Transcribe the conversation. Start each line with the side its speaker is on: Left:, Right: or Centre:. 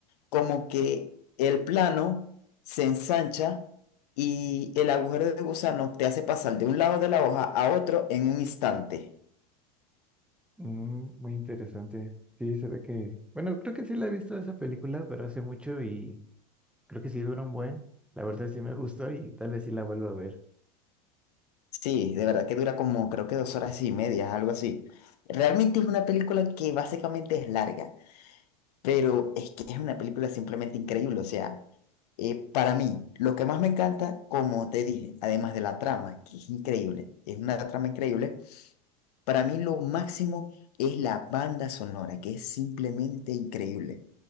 Left: como que el plano se ensancha y el agujero de gusano te hace pasar de un lado de la hoja a otro en un instante.
Centre: Mm, muy interesante. Sí, se ve que... Bueno, creo que sí la he visto esa película, pero hace mucho y creo que sí dura un buen. La verdad sí me <laughs> gustó y tal vez sí la vuelvo a ver.
Left: Sí, de verdad que dura como creo que dos horas y media, algo así. Realmente es una película que básicamente es larga, pero es que es una película simplemente increíble. O sea, eh, para mí, lo que más me encanta, como te dije, además de la trama, que es increíble, es una trama increíble, para mí lo máximo es la banda sonora, que es simplemente increíble.